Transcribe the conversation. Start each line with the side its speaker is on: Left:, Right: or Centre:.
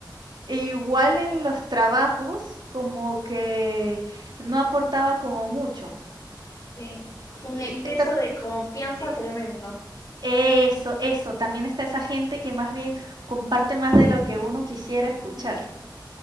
Right: E igual en los trabajos, como que no aportaba como mucho.
Left: sí.
Right: Y
Left: Un exceso
Right: esta
Left: de confianza
Right: Sí.
Left: tremendo.
Right: Eso, eso. También está esa gente que más bien comparte más de lo que uno quisiera escuchar.
Left: Mm,